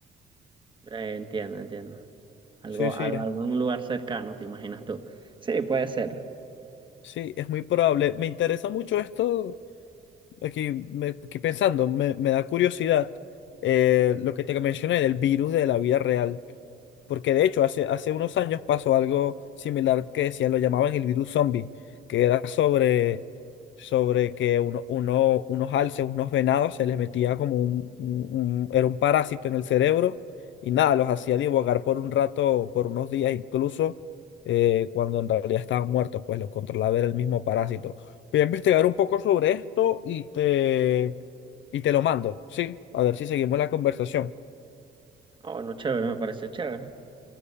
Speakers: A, on the right; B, on the left.
A: Eh, entiendo, entiendo. Algo,
B: Sí, sí.
A: al- algún lugar cercano, ¿te imaginas tú? Sí, puede ser.
B: Sí, es muy probable. Me interesa mucho esto, aquí, me- aquí pensando, me, me da curiosidad eh, lo que te mencioné del virus de la vida real. Porque de hecho, hace, hace unos años pasó algo similar que decían, lo llamaban el virus zombie, que era sobre, sobre que uno, uno- unos alces, unos venados, se les metía como un, un- un- era un parásito en el cerebro y nada, los hacía divagar por un rato, por unos días incluso, eh, cuando en realidad estaban muertos, pues los controlaba era el mismo parásito. Voy a investigar un poco sobre esto y te, y te lo mando, ¿sí? A ver si seguimos la conversación.
A: Ah, bueno, chévere, me parece chévere.